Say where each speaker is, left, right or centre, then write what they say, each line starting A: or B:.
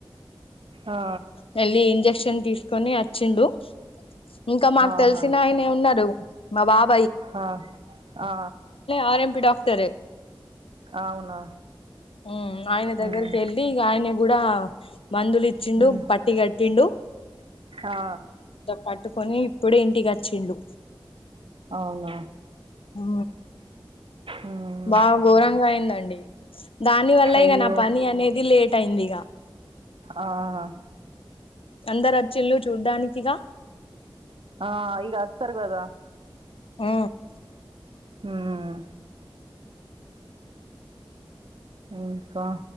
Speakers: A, on the right; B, on the left.
A: ఆ
B: మళ్ళలి ఇంజక్షన్ తీసుకొని వచ్చిండు ఇంకా మాకు
A: ఆహా
B: తెలిసిన ఆయన ఉన్నారు మా వాప్
A: ఆ ఆ
B: ఆర్ఎంపి డాక్టరే
A: అవునా
B: ఉ ఆయన దగ్గరికి
A: మ్మ్
B: వెళ్ళి ఇగ ఆయన కూడా మందులు ఇచ్చిండు
A: మ్మ్
B: పట్టి కట్టిండు
A: ఆ
B: పట్టుకొని ఇప్పుడే ఇంటికి వచ్చిలు
A: అవునా
B: ఊ
A: మ్మ్
B: బాగా ఘోరంగా అయిందండి దాని వల్ల
A: అయ్యో
B: ఇక నా పని అనేది లేట్ అయింది ఇక
A: ఆహా
B: అందరు వచ్చిలు చూడ్డానికిగా
A: ఆ ఇగ అస్తర్ గదా
B: ఆ
A: మ్మ్ ఇంకా